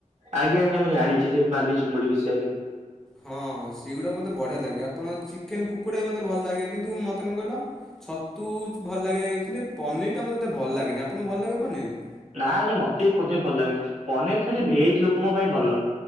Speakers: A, on the right; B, in the centre.
A: ଆଜ୍ଞା ଆଜ୍ଞା ମୁଁ ଜାଣିଛି ସେ ବାଲି ଚୁଙ୍ଗୁଡି ବିଷୟରେ।
B: ହଁ ସେଗୁଡ଼ା ମୋତେ ବଢିଆ ଲାଗେ ଆପଣ ଚିକେନ କୁକୁଡ଼ା ବି ମୋତେ ଭଲ ଲାଗେ କିନ୍ତୁ ମତେ କଣ କହିଲ ଛତୁ ଭଲ ଲାଗେ କି ପନିରଟା ମତେ ଏତେ ଭଲ ଲାଗେନି ଆପଣଙ୍କୁ ଭଲ ଲାଗେ ପନିର?
A: ନା ଆଜ୍ଞା ମତେ ବି ପନିର ଭଲ ଲାଗେନି ପନିର ଖାଲି ଭେଜ ଲୋକଙ୍କ ପାଇଁ ଭଲ।